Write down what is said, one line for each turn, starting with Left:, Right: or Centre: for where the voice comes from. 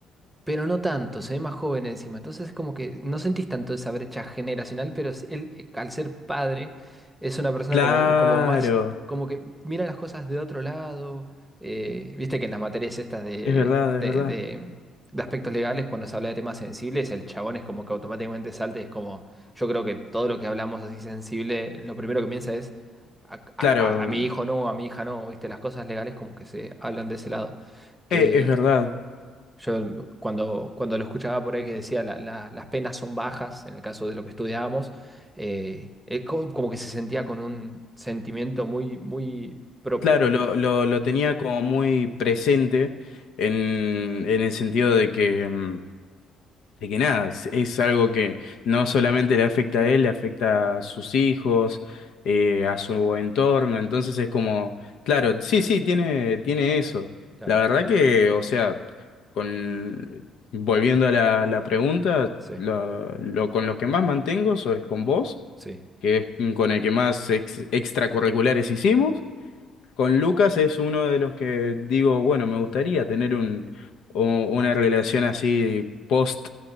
Centre: pero no tanto, se ve más joven encima. Entonces es como que no sentís tanto esa brecha generacional, pero s- él, eh, al ser padre, es una persona
Left: Claro,
Centre: como, como más, como que mira las cosas de otro lado. eh, viste que en las materias estas de,
Left: es verdad,
Centre: de,
Left: es verdad.
Centre: de- de aspectos legales, cuando se habla de temas sensibles, el chabón es como que automáticamente salta y es como, yo creo que todo lo que hablamos así sensible, lo primero que piensa es... A, a
Left: Claro,
Centre: a- a mi hijo no, a mi hija no, viste, las cosas legales como que se hablan de ese lado que,
Left: eh, es verdad.
Centre: yo cuando, cuando lo escuchaba por ahí que decía "La- la- las penas son bajas, en el caso de lo que estudiábamos, eh, eh, co- como que se sentía con un sentimiento muy, muy propio.
Left: Claro, lo, lo, lo tenía como muy presente en, en el sentido de que, mm, de que nada, es, es algo que no solamente le afecta a él, le afecta a sus hijos, eh, a su entorno, entonces es como, claro, sí, sí, tiene, tiene eso.
Centre: Claro,
Left: La verdad que, o sea, con, volviendo a la, la pregunta,
Centre: sí,
Left: lo, lo- con los que más mantengo so- es con vos,
Centre: sí,
Left: que es con el que más ex- extracurriculares hicimos. Con Lucas es uno de los que digo, bueno, me gustaría tener un, o- una relación así post